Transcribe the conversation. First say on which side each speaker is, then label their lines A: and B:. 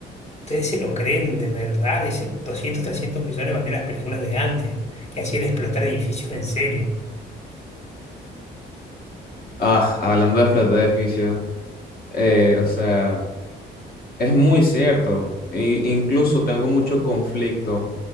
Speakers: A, on the left; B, on the left.
A: Ustedes se lo creen de verdad, dice 200 300 millones valían las películas de antes, que hacían explotar edificios en serio.
B: Ah, hablando de Flat de edificio, eh, o sea... Es muy cierto. I- incluso tengo mucho conflicto